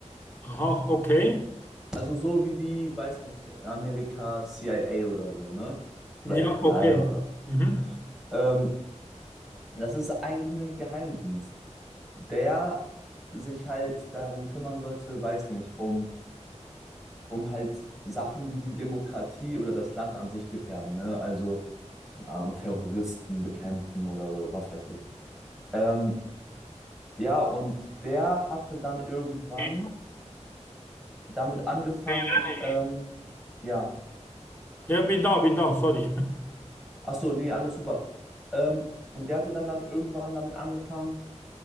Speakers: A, on the left; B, in the centre.
A: Aha, okay.
B: Also so wie die, weiß nicht, Amerika CIA oder so, ne?
A: Ja,
B: Oder FBI
A: okay.
B: oder
A: Mhm.
B: Ähm, das ist eigentlich ein Geheimdienst, der sich halt darum kümmern sollte, weiß nicht, um, um halt Sachen, die die Demokratie oder das Land an sich gefährden, ne? Also, keine Ahnung, Terroristen bekämpfen oder so, was weiß ich. Ähm, ja, und der hatte dann irgendwann
A: Hey
B: damit angefangen,
A: Lenny,
B: ähm, ja,
A: Ja, bin da, bin da, sorry. <laughs>
B: ach so, nee, alles super. Ähm, und der hatte dann dann irgendwann damit angefangen,